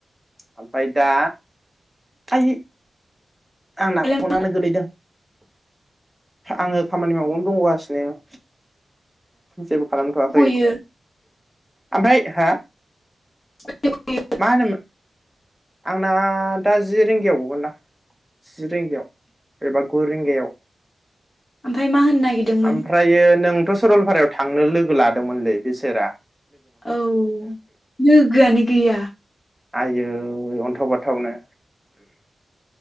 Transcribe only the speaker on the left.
दालाय मा
गयो
<unintelligible>
ओमफ्राय मा होननो नागिरदोंमोन
औ लोगोआनो गैया